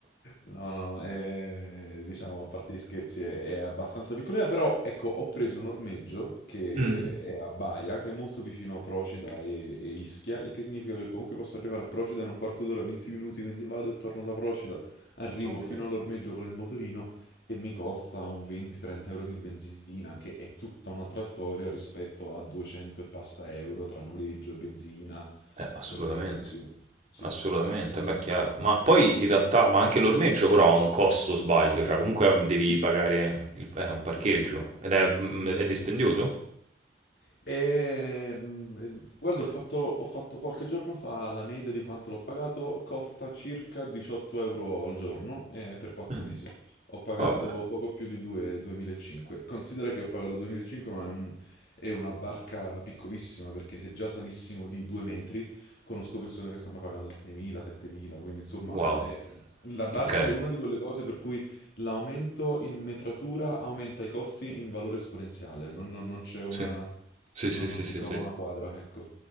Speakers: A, on the left; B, on the right.
A: No, no, eh, diciamo a parte gli scherzi è, è abbastanza piccolina, però ecco, ho preso un ormeggio che
B: Mh-mh.
A: è a Baia, che è molto vicino a Procida e, e Ischia, il che significa che comunque posso arrivare a Procida in un quarto d'ora, 20 minuti, quindi vado e torno da Procida, arrivo
B: Okay.
A: fino all'ormeggio con il motorino e mi costa un 20-30 euro di benzina, che è tutta un'altra storia rispetto a 200 e passa euro tra noleggio e benzina
B: Eh, assolutamente,
A: e organizzazione. Sì,
B: assolutamente,
A: sì, sì.
B: beh, chiaro. Ma poi in realtà ma anche l'ormeggio però ha un costo, sbaglio, cioè comunque, uhm, devi
A: Sì,
B: pagare il p eh, un parcheggio
A: sì,
B: ed è mhmm,
A: sì, no.
B: è dispendioso?
A: Ehm, ehm, guarda, ho fatto, ho fatto qualche giorno fa la media di quanto l'ho pagato, costa circa 18 euro al giorno eh, per 4
B: Mh.
A: mesi. Ho pagato
B: Vabbè,
A: poco più di due- 2.500. Considera che ho pagato 2.500, ma è, un- è una barca piccolissima, perché se già salissimo di 2 metri, conosco persone che stanno pagando 6.000, 7.000, quindi insomma,
B: wow,
A: eh, la barca
B: okay,
A: è una di quelle cose per cui L'aumento in metratura aumenta i costi in valore esponenziale, non, non- non c'è una...
B: sì. Sì,
A: non
B: sì,
A: non
B: sì,
A: si
B: sì,
A: trova
B: sì.
A: una quadra, ecco.